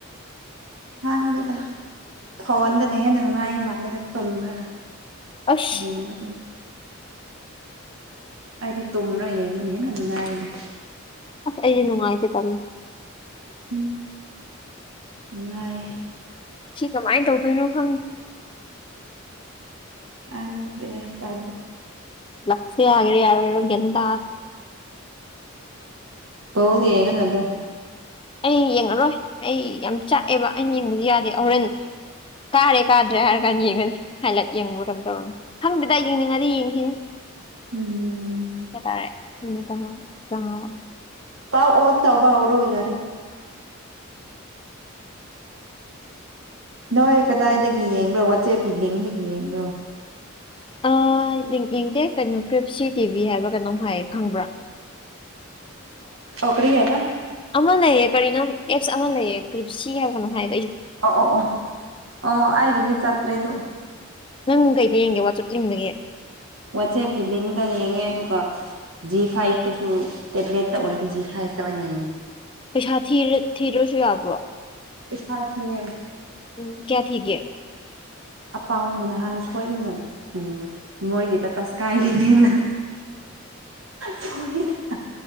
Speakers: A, on the right; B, on the left.
A: ꯍꯪꯕꯤꯗ ꯍꯟꯗꯅꯦꯍꯦ ꯅꯪ ꯃꯥꯥꯏ ꯃꯥꯅꯦꯗ ꯇꯣ꯭ꯔꯒ
B: ꯑꯁ
A: ꯍꯗꯤꯅ ꯑꯩꯗꯤ ꯇꯨꯝ꯭ꯔꯥ ꯌꯦꯡꯕꯅꯤ ꯍꯦꯟꯅ ꯅꯨꯡꯉꯥꯏꯗ
B: ꯑꯁ ꯑꯩ ꯅꯨꯡꯉꯥꯏꯇꯦ ꯇꯃꯦ
A: ꯎꯝ ꯅꯨꯡꯉꯑ
B: ꯁꯤ ꯀꯃꯥꯏꯅ ꯇꯧꯗꯣꯏꯅꯣ ꯈꯪꯦ
A: ꯑꯪ ꯀ ꯇꯥ
B: ꯂꯁ ꯍꯥꯏꯒ꯭ꯔꯤꯦ ꯌꯥꯎꯣ ꯌꯣ ꯗ
A: ꯇꯣꯂꯤꯌꯦꯒ ꯅ ꯑꯗꯨꯣ
B: ꯑꯩ ꯌꯦꯡꯉꯔꯣꯏ ꯑꯩ ꯌꯥꯝ ꯆꯥꯛꯑꯦꯕ ꯑꯩꯅ ꯌꯦꯡꯕꯗꯤ ꯌꯥꯗꯦ ꯍꯣꯔꯦꯟ ꯀꯥꯔꯦ ꯀꯥꯗ꯭ꯔꯦ ꯍꯥꯏꯔ ꯀꯥꯟꯗ ꯌꯦꯡꯉꯅꯤ ꯍꯥꯏꯂꯥꯏꯠ ꯌꯦꯡꯕ ꯩꯅꯣ ꯇꯧꯔ ꯈꯪꯗꯦꯗ ꯌꯦꯡꯅꯤꯡꯉꯗꯤ ꯌꯦꯡꯈꯤꯅꯤ
A: ꯎꯝ
B: ꯦꯇꯥꯔꯦ ꯃ ꯇꯉ ꯀꯉꯥꯅꯤ
A: ꯇꯥꯎ ꯑꯣꯟ ꯇꯕ ꯑꯣꯏꯔꯣ ꯌꯥꯔꯦ ꯅꯣꯏ ꯀꯗꯥꯏꯗꯒꯤ ꯌꯦꯡꯕ꯭ꯔꯣ ꯋꯥꯆꯦꯞꯀꯤ ꯂꯤꯡꯗꯒꯤ ꯌꯦꯡꯕ꯭ꯔꯣ
B: ꯑ ꯌꯦꯗꯦ ꯀꯩꯅꯨ ꯀ꯭ꯔꯤꯁꯤꯠ ꯇꯤꯚꯤ ꯍꯥꯏꯕ꯭ꯔꯥ ꯀꯩꯅꯣꯝ ꯍꯥꯏꯌꯦ ꯈꯪꯕ꯭ꯔꯥ
A: ꯁꯨꯀꯔꯤꯦꯕ
B: ꯑꯃ ꯂꯩꯌꯦ ꯀꯔꯤꯅꯣ ꯑꯦꯞꯁ ꯑꯃ ꯂꯩꯌꯦ ꯀ꯭ꯔꯤꯞꯁꯤ ꯀ ꯍꯕꯅꯣ ꯍꯥꯏꯥꯏ
A: ꯑꯣ ꯑꯣ ꯑꯣ ꯑ ꯍꯥꯏꯔꯤꯕꯗꯤ ꯆꯥꯇ꯭ꯔꯦꯗꯨ
B: ꯅꯪ ꯀꯩꯗ ꯌꯦꯡꯒꯦ ꯋꯥꯆꯠ ꯂꯤꯡꯒꯦ
A: ꯋꯥꯆꯦꯞꯀꯤ ꯂꯤꯡꯗ ꯌꯦꯡꯉꯦ ꯑꯗꯨꯒ ꯖꯤ ꯐꯥꯏꯚꯇꯁꯨ ꯇꯦꯕ꯭ꯂꯦꯠꯇ ꯑꯣꯏꯅ ꯖꯤꯈꯥꯏ ꯇꯕꯅꯦ
B: ꯁ ꯊꯤꯔ ꯊꯔꯁꯨꯏ ꯌꯥꯕ꯭ꯔꯣ
A: ꯁꯥ ꯃꯤ
B: ꯎꯝ ꯀꯌꯥ ꯊꯀꯦ
A: ꯑꯄꯥꯎꯅ ꯅꯍꯥꯟ ꯁꯣꯏꯗꯅ ꯎ ꯃꯣꯏꯒꯤꯗ ꯇꯁꯀꯥꯏꯒꯤꯅꯤꯅ ꯁꯍꯤꯗ